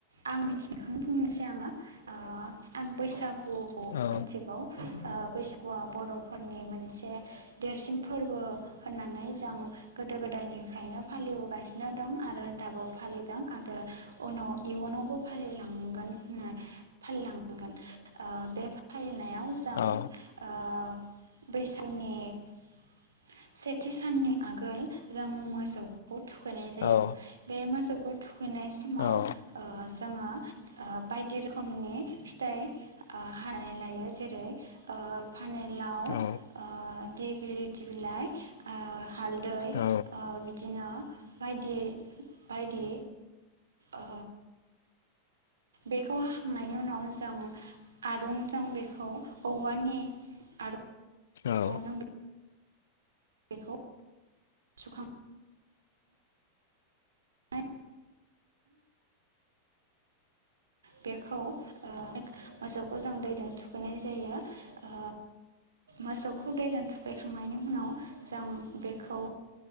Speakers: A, on the right; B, on the left.
A: आं मिथिनायखौनो बुंनोसै आङो ओ आं बैसागु गुखौ
B: औ
A: मोन्थिगौ। ओ बैसागुआ बर'फोरनि मोनसे देरसिन फोरबो होननानै जों गोदो गोदायनिफ्रायनो फालिबोगासिनो दं आरो दाबो फालिदों आरो उनाव इयुनावबो फालिलांगोन <unintelligible> फालिलांगोन ओ बे फालिनायाव जों
B: औ
A: ओ बै <unintelligible> सेथि साननि आगोल जों मोसौखौ थुखैनाय जायो
B: औ
A: बे मोसौखौ थुखैनाय समाव
B: औ
A: ओ जोङो ओ बायदि रोखोमनि फिथाइ ओ हानानै लायो जेरै ओ फानिलाव
B: औ
A: ओ देगलिथि बिलाइ ओ हालदै
B: औ
A: ओ बिदिनो बायदि बायदि ओ बेखौ हाखांनायनि उनाव जों आरुंजों बेखौ औवानि आर
B: औ
A: रुंजों बेखौ सुखां सुखांनायनि बेखौ ओ मोसौखौ जों दैदों थुखैनाय जायो ओ मोसौखौ दैजों थुखैखांनायनि उनाव जों बेखौ